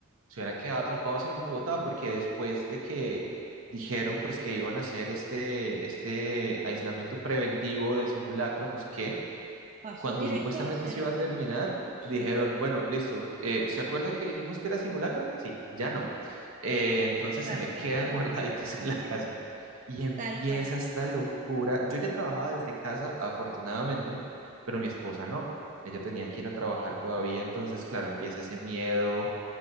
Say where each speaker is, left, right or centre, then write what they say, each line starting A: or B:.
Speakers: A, on the right; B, on the right.
A: se hubieran quedado atrapados en Bogotá porque después de que dijeron pues que iban a hacer este, este aislamiento preventivo de simulacro, no sé qué
B: pasó
A: cuando
B: directo
A: supuestamente
B: a hacer,
A: se iba a terminar,
B: sí,
A: dijeron, bueno, listo, eh, ¿se acuerdan que dijimos que era simulacro? Sí, ya no. Eh,
B: eh,
A: entonces
B: tal
A: se me
B: cual,
A: quedan <laughs> guardaditos en la casa. Y empieza
B: tal cual.
A: esta locura. Yo ya trabajaba desde casa, afortunadamente, pero mi esposa no. Ella tenía que ir a trabajar todavía, entonces, claro, empieza ese miedo,